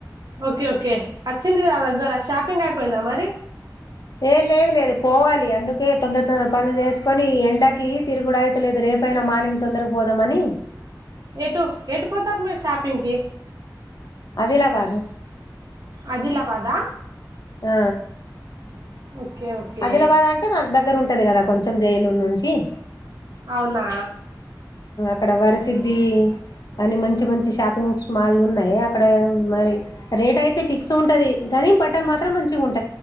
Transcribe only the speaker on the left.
ఏ లేదులేదు పోవాలి అందుకే తొందర తొందర్ పనులు చేసుకొని ఈ ఎండకి తిరుగుడయితలేదు రే పైన మార్నింగ్ తొందరగా పోదమని
అదిలాబాదు
ఆ
అదిలబాద్ అంటే మాకు దగ్గర ఉంటది గదా కొంచెం జైనూర్ నుంచి
అక్కడ వరిసిద్ది అని మంచి మంచి షాపింగ్స్ మాల్ ఉన్నాయి అక్కడ మరి రేట్ అయితే ఫిక్స్ ఉంటది నీ బట్టల్ మాత్రం మంచిగా ఉంట